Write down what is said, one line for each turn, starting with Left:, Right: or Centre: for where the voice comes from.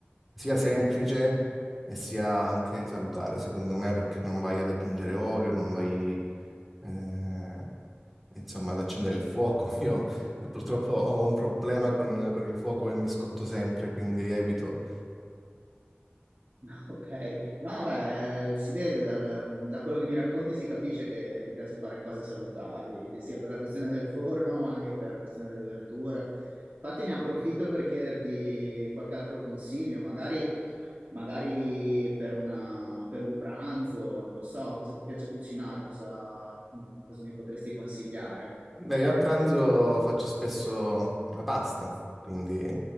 Centre: sia semplice e sia anche salutare, secondo me, perché non vai ad aggiungere olio, non vai... eh, Insomma, ad accendere il fuoco. <laughs> Io purtroppo ho un problema con, con il fuoco e mi scotto sempre, quindi evito.
Right: <laughs> Ok, no, beh, eh, si vede dal- da quello che mi racconti, si capisce che ti piace fare cose salutari, sia per la questione del forno, anche per la questione delle verdure. Infatti ne approfitto per chiederti qualche altro consiglio, magari, magari per una- per un pranzo, non lo so, cosa ti piace cucinare, cosa, cosa mi potresti consigliare?
Centre: Beh, io a pranzo faccio spesso una pasta, quindi